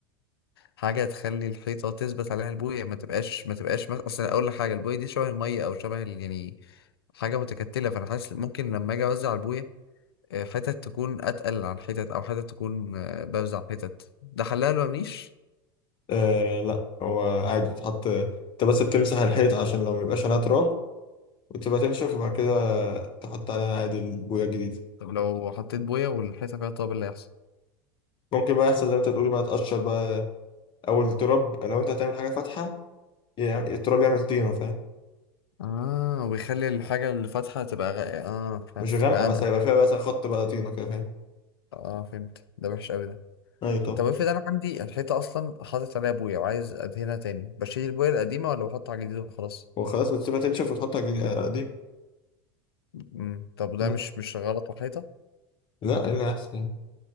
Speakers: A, on the left (about 75°); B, on the left (about 40°).
A: حاجه تخلي الحيطه تثبت عليها البويه ما تبقاش ما تبقاش مثلا اصل اقول لك حاجه البويه دي شبه الميه او شبه ال- يعني حاجه متكتله فانا حاسس ممكن لما اجي اوزع البويه آه، حتت تكون اتقل عن حتت او حتت تكون آه، بوزع حتت ده حلها لو منيش
B: آه لا هو عادي تحط انت بس بتمسح الحيط عشان لو ميبقاش عليها تراب وتبقى تنشف وبعد كده تحط عليها عادي البويه الجديدة
A: طب لو حطيت بويه والحيطه فيها طابل اللي هيحصل
B: ممكن بقى يحصل زي ما انت تقول بقى تقشر بقى او التراب لو انت هتعمل حاجه فاتحه يعني التراب يعمل طينه فاهم
A: اه ويخلي الحاجه اللي فاتحه تبقى غ... اه فهمت
B: مش
A: تبقى
B: غامقه
A: غامقه
B: بس هيبقى فيها بقى مثلا خط بقى طينه كده فاهم
A: اه فهمت ده وحش قوي ده
B: ايوه طبعا
A: طب افرض انا عندي الحيطه اصلا حاطط عليها بويه وعايز ادهنها تاني بشيل البويه القديمه ولا بحط على جديد وخلاص
B: وخلاص بتسيبها تنشف وتحطها جديد قديم
A: امم طب ده
B: بس
A: مش مش غلط على الحيطه
B: لا ايه اللي احسن